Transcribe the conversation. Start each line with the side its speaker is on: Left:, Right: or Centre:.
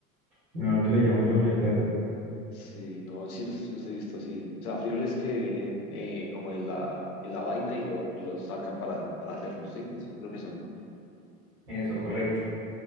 Right: sino lo que le llaman frijoles verdes.
Left: Sí, no, sí, los- sí los he visto, sí. O sea, frijoles que vienen eh, como en la, en la vaina y, lo, y los sacan para, para hacerlos, ¿sí? Esos creo que son.
Right: Eso, correcto.